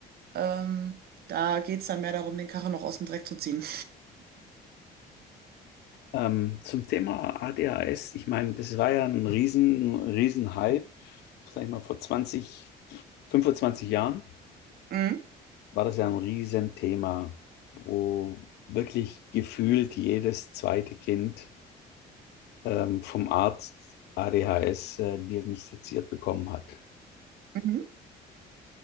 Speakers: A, on the right; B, on the left.
A: Ähm, da geht es dann mehr darum, den Karren noch aus dem Dreck zu ziehen.
B: Ähm, zum Thema ADHS, ich meine, das war ja ein riesen, riesen Hype, sag ich mal, vor 20, 25 Jahren
A: Mhm.
B: war das ja ein Riesenthema, wo wirklich gefühlt jedes zweite Kind ähm, vom Arzt ADHS äh, diagnostiziert bekommen hat.
A: Mhm.